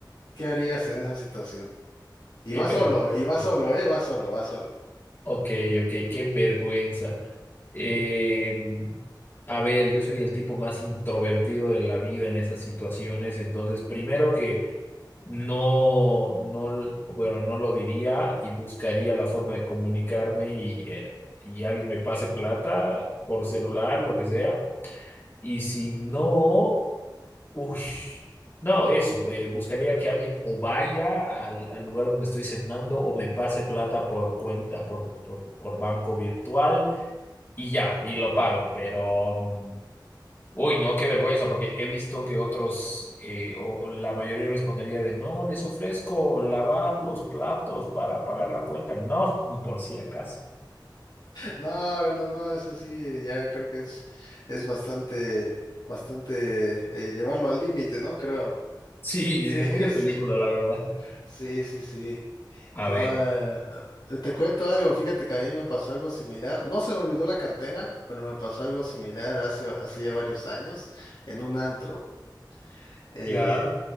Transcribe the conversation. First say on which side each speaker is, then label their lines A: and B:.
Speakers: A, on the left; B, on the left.
A: ¿Qué harías en esa situación? Y
B: qué
A: vas
B: vergüenza.
A: solo, y vas solo, ¿eh? Vas solo, vas solo.
B: Ok, ok, qué vergüenza. Eh, a ver, yo soy el tipo más introvertido de la vida en esas situaciones, entonces primero que No, no, bueno, no lo diría y buscaría la forma de comunicarme y, eh, y alguien me pase plata por celular, lo que sea. Y si no, ush, no, eso, eh, buscaría que alguien o vaya al, al lugar donde estoy cenando o me pase plata por cuenta, por, por, por banco virtual y ya, y lo pago. Pero mm, Uy, no, qué vergüenza, porque he visto que otros, eh, o la mayoría respondería de, no, les ofrezco lavar los platos para pagar la cuenta. No, ni por si acaso. <laughs>
A: No, no, no, eso sí, ya creo que es, es bastante, bastante eh, llevarlo al límite, ¿no? Creo.
B: Sí,
A: <laughs> Es-
B: sí, muy de película, la verdad.
A: sí, sí, sí.
B: A
A: No,
B: ver,
A: eh, te cuento algo, fíjate que a mí me pasó algo similar. No se me olvidó la cartera, pero me pasó algo similar hace, hace ya varios años en un antro. Eh,
B: ya,